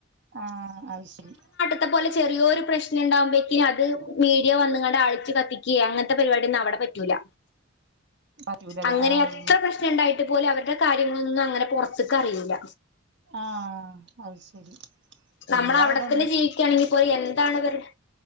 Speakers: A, on the right; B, on the left.
A: ആഹ് അത് ശരി
B: ത്തെപോലെ ചെറിയൊരു പ്രശ്നുണ്ടാകുംപേക്ക് അത് മീഡിയ വന്നുങ്ങാണ്ട ആളിച്ച് കത്തിക്കുക അങ്ങത്തെ പരിപാടി ഒന്നവടെ പറ്റു റ്റൂല്ല
A: പറ്റൂലല്ലേ
B: അങ്ങനെ
A: ആഹ്
B: എത്ര പ്രശ് നുണ്ടായിട്ട് പോലും അവരുടെ കാര്യങ്ങളൊന്നും അങ്ങനെ പൊറത്ത്ക്ക് അറിയൂല്ല
A: ആഹ് അത് ശരി
B: നമ്മളവിടെത്തന്നെ
A: ഇമ്മളവിടെ
B: ജീവിക്കാണെങ്കി പോലും എന്താണ് ഇവരുടെ